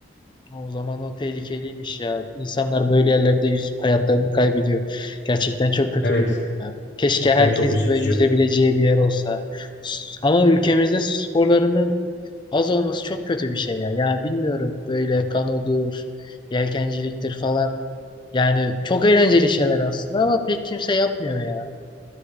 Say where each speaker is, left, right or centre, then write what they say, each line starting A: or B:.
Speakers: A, on the left; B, on the left.
A: O zaman o tehlikeliymiş ya. İnsanlar böyle yerlerde yüzüp hayatlarını kaybediyor. Gerçekten çok kötü
B: Evet.
A: bir durum ya. Keşke
B: Cidden
A: herkesin
B: çok üzücü.
A: böyle yüzebileceği bir yer olsa. S- Ama ülkemizde su sporlarının az olması çok kötü bir şey ya. Yani bilmiyorum böyle kanodur, yelkenciliktir falan. Yani çok eğlenceli şeyler aslında ama pek kimse yapmıyor ya.